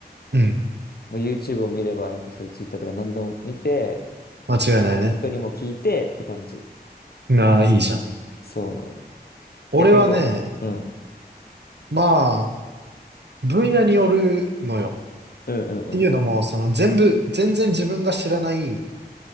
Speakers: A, on the right (about 85°); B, on the left (about 65°).
A: うん。
B: もう YouTube を見ればなんかそういう Twitter とか何でも見て、
A: 間違いないね。
B: 人にも聞いてって感じ。
A: なあ、いいじゃん。
B: そうなのよ。
A: 俺はね、
B: 逆にどううん。
A: まあ、分野によるのよ。
B: うんうんうん。
A: っていうのも、その全部、全然自分が知らない